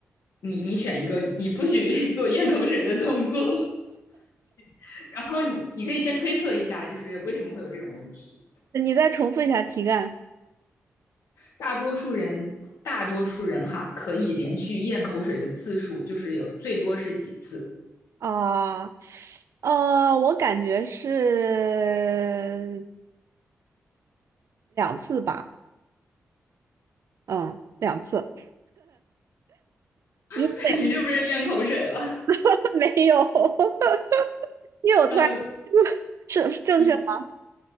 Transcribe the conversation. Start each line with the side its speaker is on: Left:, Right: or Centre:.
Left: 你你选一个，你不许 <laughs> 做咽口水的动作。<laughs> 然后你你可以先推测一下，就是为什么会有这种问题。
Right: 你再重复一下题干
Left: 大多数人，大多数人哈，可以连续咽口水的次数就是有最多是几次？
Right: 啊，呃，我感觉是两次吧，嗯，两次，
Left: <laughs>
Right: 因为
Left: 你是不是咽口水了？
Right: <laughs> 没有，<laughs> 因为我突然
Left: 呃，
Right: <laughs> 是是正确吗？
Left: 嗯，